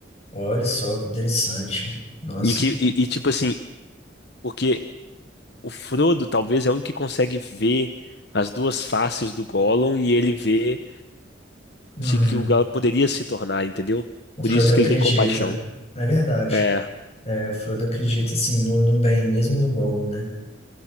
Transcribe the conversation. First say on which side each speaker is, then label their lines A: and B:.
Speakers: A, on the left; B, on the left.
A: olha só que interessante. Nossa.
B: E que e, e, tipo assim, porque o Frodo talvez é o único que consegue ver as duas faces do Gollum e ele vê
A: Hum,
B: que, que o Gollum poderia se tornar, entendeu?
A: o Frodo
B: Por isso
A: acredita.
B: que ele tem compaixão.
A: É verdade.
B: É,
A: É, o Frodo acredita assim no, no bem, mesmo no Gollum, né?